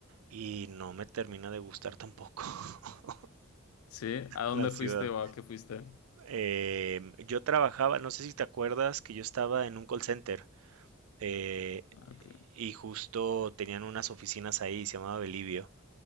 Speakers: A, on the right (about 80°); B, on the left (about 80°).
A: y no me termina de gustar tampoco <laughs>
B: ¿Sí? ¿A dónde
A: la ciudad.
B: fuiste o a qué fuiste?
A: Em, yo trabajaba, no sé si te acuerdas, que yo estaba en un call center eh,
B: Ah, ok.
A: y justo tenían unas oficinas ahí, se llamaba Belivio,